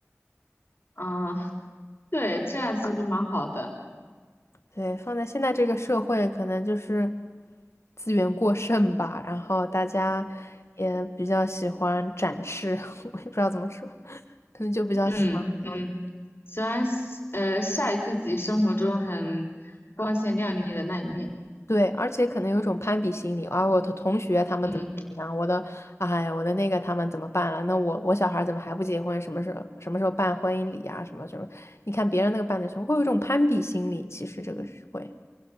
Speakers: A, on the left (about 55°); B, on the left (about 65°).
A: 啊，对，这样其实蛮好的。
B: 对，放在现在这个社会，可能就是资源过剩吧，然后大家也比较喜欢展示，<laughs> 我也不知道怎么说，可能就比较喜欢。
A: 嗯嗯，喜欢呃晒自己生活中很光鲜亮丽的那一面。
B: 对，而且可能有一种攀比心理啊，我的同学他们怎么怎么样，
A: 嗯，
B: 我的，哎我的那个他们怎么办了？那我我小孩儿怎么还不结婚？什么时候什么时候办婚姻礼啊？什么什么？你看别人那个办的时候，会有一种攀比心理，其实这个是会，